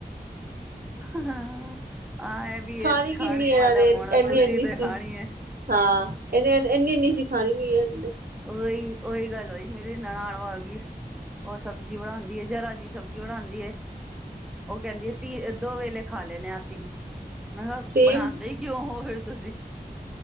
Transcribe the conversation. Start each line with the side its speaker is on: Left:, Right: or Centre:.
Centre: ਹਾਂ, ਇਹ ਵੀ
Right: ਖਾਣੀ
Centre: ਇਹ, ਖਾਣੇ
Right: ਕਿੰਨੀ ਹੈ
Centre: ਵਾਲਾ
Right: ਇਹਨਾਂ ਨੇ
Centre: ਕੌਣ?
Right: ਇੰਨੀ
Centre: ਤੁਸੀਂ
Right: ਇੰਨੀ
Centre: ਤੇ
Right: ਸੀ
Centre: ਖਾਣੀ ਏ।
Right: ਹਾਂ, ਇਹਨੇ ਇੰਨੀ, ਇੰਨੀ ਨਹੀਂ ਸੀ ਖਾਣੀ ਐਨੇ।
Centre: ਉਹੀ-ਉਹੀ ਗੱਲ ਹੋਈ, ਮੇਰੀ ਨਨਾਣ ਵੱਲ ਗਈ। ਉਹ ਸਬਜ਼ੀ ਬਣਾਉਂਦੀ ਏ, ਜ਼ਰਾ ਜੀ ਸਬਜ਼ੀ ਬਣਾਉਦੀਏ। ਉਹ ਕਹਿੰਦੀ ਏ, ਦੀ, ਦੋ-ਵੇਲੇ ਖਾ ਲੈਣੇ ਹਾਂ ਅਸੀਂ। ਮੈਂ ਕਿਹਾ,
Right: ਸੇਮ
Centre: ਬਣਾਉਂਦੇ ਹੀ ਕਿਉਂ ਹੋ ਫਿਰ ਤੁਸੀਂ?